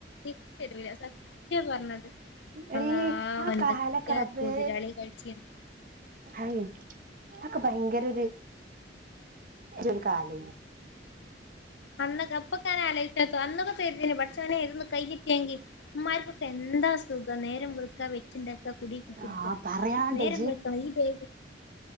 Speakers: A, on the left (about 75°); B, on the right (about 50°).
A: സത്യം പറഞ്ഞത്
B: എടി
A: അള്ളാ
B: ആകാലൊക്കെ
A: എന്തൊക്കെ
B: റബ്ബേ
A: കുതിരാളി കഴിച്ചീന്ന്
B: അത് അക്കെ ഭയങ്കര ഒരു ഒരു കാലയ്നി
A: അന്ന് അപ്പക്കാന് ആലൊയിച്ച അന്നൊക്കെ കര് തീനി പടച്ചോനെനെ ഇതൊന്ന് കൈഞ്ഞ് കിട്ടിയെങ്കി മാർക്കൊക്കെ എന്താ സുഖം നേരം വെച്ചിണ്ടാക്ക കുടി കുത്തര്ക്ക
B: ആഹ് പറയാണ്ടജ്ജ്
A: നേരം വെളുത്ത ഈ